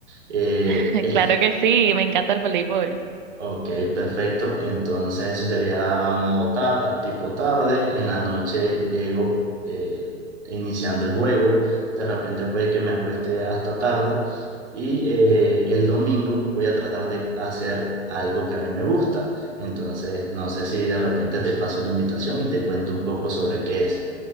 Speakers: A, on the right (about 65°); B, on the right (about 40°).
A: Eh,
B: <laughs>
A: el-
B: claro que sí, me encanta el voleibol.
A: ok, perfecto. Entonces eso sería modo ta- tipo tarde. En la noche llego eh, iniciando el juego. De repente puede que me acueste hasta tarde. Y eh, el domingo voy a tratar de hacer algo que a mí me gusta. Entonces, no sé si de repente te paso la invitación y te cuento un poco sobre qué es.